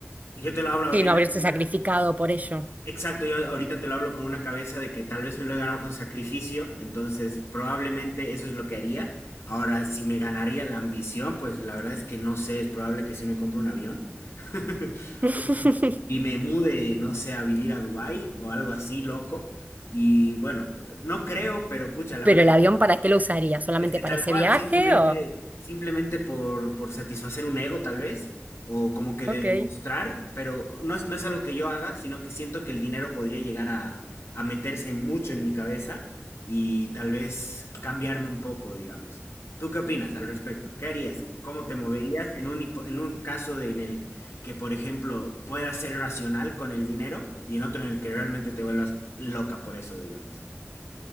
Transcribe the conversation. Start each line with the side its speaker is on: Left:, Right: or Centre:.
Left: Yo te lo hablo ahorita
Right: y no haberse
Left: con una
Right: sacrificado por ello.
Left: Exacto, yo ahorita te lo hablo con una cabeza de que tal vez me lo he ganado con sacrificio, entonces probablemente eso es lo que haría. Ahora, si me ganaría la ambición, pues la verdad es que no sé, es probable que sí me compre un avión <laughs>
Right: <laughs>
Left: y me mude, no sé, a vivir a Dubái o algo así, loco. Y bueno, no creo, pero pucha, la
Right: Pero
Left: verdad.
Right: el avión, ¿para qué lo usaría? ¿Solamente
Left: Es que
Right: para
Left: tal
Right: ese
Left: cual,
Right: viaje
Left: simplemente,
Right: o...?
Left: simplemente por, por satisfacer un ego, tal vez, o como que
Right: Ok.
Left: de demostrar, pero no es, no es algo que yo haga, sino que siento que el dinero podría llegar a, a meterse mucho en mi cabeza y tal vez cambiarme un poco, digamos. ¿Tú qué opinas al respecto? ¿Qué harías? ¿Cómo te moverías en un, hipo- en un caso de- en el que, por ejemplo, puedas ser racional con el dinero y en otro en el que realmente te vuelvas loca por eso, digamos?